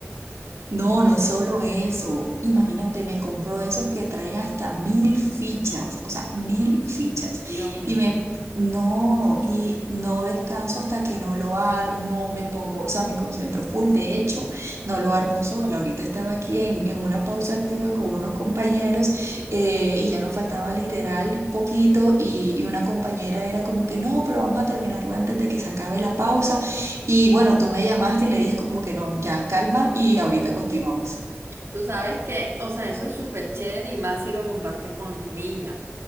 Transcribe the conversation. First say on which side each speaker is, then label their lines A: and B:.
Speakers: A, on the right; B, on the right.
A: No, no solo eso. Imagínate, me compro esos que traen hasta mil fichas, o sea, mil fichas.
B: Dios mío.
A: Y me, no, y no descanso hasta que no lo armo, me pongo, o sea, me concentro full. De hecho, no lo armo sola. Ahorita estaba aquí en, en una pausa activa con unos compañeros eh, y ya nos faltaba literal poquito y, y una compañera era como que no, pero vamos a terminarlo antes de que se acabe la pausa. Y bueno, tú me llamaste y le dije como que no, ya calma y ahorita continuamos.
B: Tú sabes que, o sea, eso es súper chévere y más si lo compartes con tu niña.